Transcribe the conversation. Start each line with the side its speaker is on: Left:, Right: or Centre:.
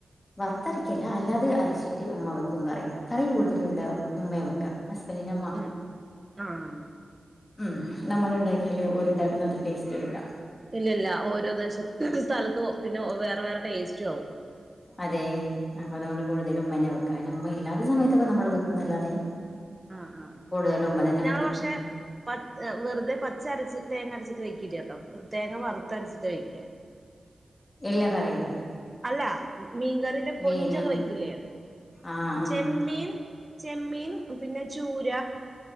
Left: വറുത്തരക്കല്ല അല്ലാതെ അരച്ചിട്ട് ഉമ്മ വെക്കും കറി, കറി കൂടുതലും ഇവിടെ ഉമ്മെയാ വെക്കാ. ഹസ്ബന്റിന്റെ അമ്മ.
Right: ഉം ആഹ്
Left: ഉം നമ്മള് ഉണ്ടാക്കിയാല് ഒരുണ്ടാക്കുന്ന അത്ര ടേസ്റ്റ് വരൂല.
Right: ഇല്ല ഇല്ല ഓരോ ദേശ സ്ഥലത്തോ പിന്നെ വേറെ വേറെ ടേസ്റ്റ് ആവും.
Left: അതെ, അപ്പൊ അതൊണ്ട് കൂടുതലും ഉമ്മന്നെ വെക്കാ പിന്നെ ഉമ്മ ഇല്ലാത്ത സമയത്തൊക്കെ നമ്മള് വെക്കുന്നല്ലോതെ
Right: ആഹ് ആഹ് ആഹ്
Left: കൂടുതലും ഉമ്മ തന്നെ
Right: ഞങ്ങള്
Left: വെക്കും.
Right: പക്ഷെ പ വെറുതെ പച്ചരച്ച് തേങ്ങ അരച്ചിട്ട് വെക്കില്ലാട്ടോ, തേങ്ങ വറുത്ത അരച്ചിട്ട് വയ്ക്ക.
Left: എല്ലാ കറയിലും.
Right: അല്ല മീൻകറി കൊഞ്ചൊക്കെ
Left: മീന്
Right: വെക്കില്ലേ,
Left: ആഹ്
Right: ചെമ്മീൻ
Left: ആഹ്
Right: ചെമ്മീൻ പിന്നെ ചൂര